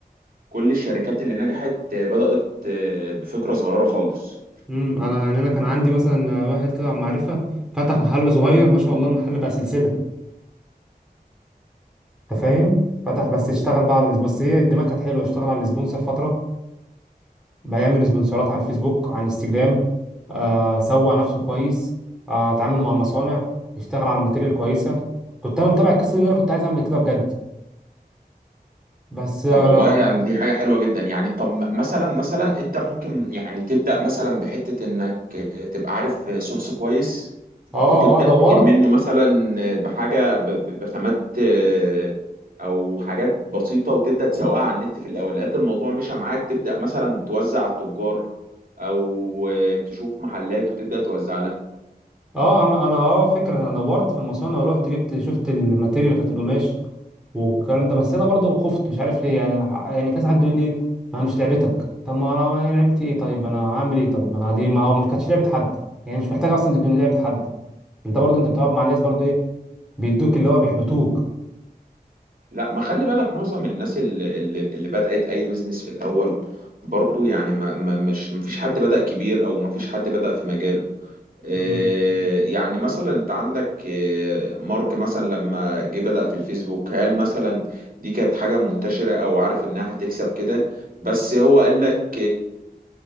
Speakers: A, on the right (about 60°); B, in the centre.
A: كل الشركات اللي نجحت آه، بدأت آه، بفكرة صغيرة خالص
B: امم انا يعني انا كان عندي مثلا واحد كده معرفة فتح محل صغير ما شاء الله المحل بقى سلسلة انت فاهم فتح بس اشتغل بقى على بس هي الدماغ كانت حلوه اشتغل على السبونسر فتره بيعمل سبونسرات على الفيسبوك على انستجرام آه سوق نفسه كويس آه اتعامل مع مصانع اشتغل على الماتيريال كويسه كنت انا متابع القصه دي ان انا كنت عايز اعمل كده بجد بس اه
A: طب والله يعني دي حاجة حلوة جدا يعني طب م- مثلا مثلا انت ممكن يعني تبدأ مثلا بحتة انك تبقى عارف سورس كويس
B: اه
A: وتبدأ
B: آه، دورت
A: تجيب منه مثلا بحاجة ب- ب- بخامات آه، او حاجات بسيطة وتبدأ تسوقها على النت في الاول لقيت الموضوع مشى معاك تبدأ مثلا توزع على التجار او آه، تشوف محلات وتبدأ توزع لها
B: اه انا انا اه فكره انا دورت في المصانع ورحت جبت شفت الماتيريال بتاعت القماش والكلام ده بس انا برضو خفت مش عارف ليه يعني ع- يعني كذا حد يقول لي ما مش لعبتك طب ما انا ما هي لعبتي ايه طيب انا هعمل ايه طيب ما انا دي ما هو مش كانتش لعبه حد يعني مش محتاج اصلا تكون لعبه حد انت برضو انت بتقعد مع ناس برضو ايه بيدوك اللي هو بيحبطوك
A: لا ما خلي بالك معظم الناس اللي, اللي اللي بدأت أي بيزنس في الأول برضو يعني ما ما مش ما فيش حد بدأ كبير أو ما فيش حد بدأ في مجاله إيه
B: مم.
A: يعني مثلا أنت عندك إيه مارك مثلا لما جه بدأ في الفيسبوك هل مثلا دي كانت حاجة منتشرة أو عارف إنها هتكسب كده بس هو قال لك